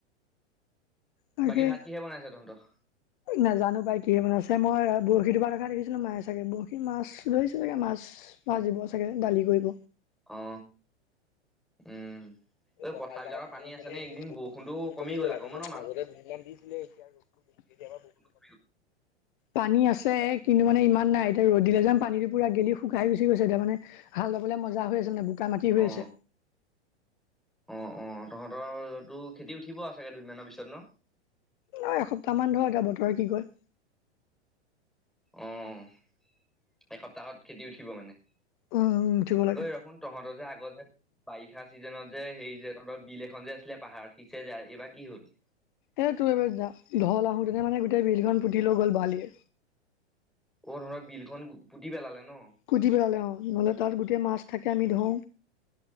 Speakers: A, on the left; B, in the centre.
A: তাকে
B: বাকী ভাত কিহে বনাইছা তহঁতৰ।
A: নাজানো পাই কিহে বনাইছে মই বৰশী টোপা দেখা দেখিছিলোঁ মাই চাগে বৰশী মাছ ধৰিছে চাগে মাছ। ভাজিব চাগে দালি কৰিব।
B: অ উম
A: এই
B: ঐ
A: পথাৰাবলাকৰ
B: পথাৰবিলাকত
A: পানী আপুনি
B: আছে নে
A: একদিন
B: এইকেইদিন
A: বৰষুণো
B: বৰষুণটো
A: কমি গ'ল আকৌ মই
B: ন
A: মাজতে দুহিন মমান দিছিলে এতিয়া আৰু <unintelligible>
B: হ <inaudible>
A: পানী আছে কিন্তু মানে ইমান নাই এতিয়া ৰ'দ দিলে যে পানীত পুৰা গেলি শুকাই গুচি গৈছে এতিয়া মানে। হাল ল'বলৈ মজা হৈ আছে মানে বোকা মাটি হৈ
B: অ
A: আছে।
B: অ', অ', তহঁতৰ তটো খেতি উঠিব আৰু চাগে দুদিনমানৰ পিছত ন।
A: নয় এসপ্তাহমান ধৰ এতিয়া বতৰে কি কয়।
B: অ', এসপ্তাহত খেতি উঠিব মানে
A: উম উঠিব লাগে
B: ঐ ৰখোন। তহঁতৰ যে আগৰ যে বাৰিষা চিজনত যে হেৰি যে তহঁতৰ বিল এখন যে আছিলে। পাহাৰৰ <unintelligible> যায় এইবাৰ কি হ'ল।
A: এই তোৰ এই ঢল <unintelligible> আহোতে নে মানে গোটেই বিলখন পুতি লৈ গ'ল বালিয়ে।
B: অ', তহঁতৰ বিলখন পুতি পেলালে ন।
A: পুতি পেলালে অ', নহ'লে তাত গোটেই মাছ থাকে আমি ধৰো।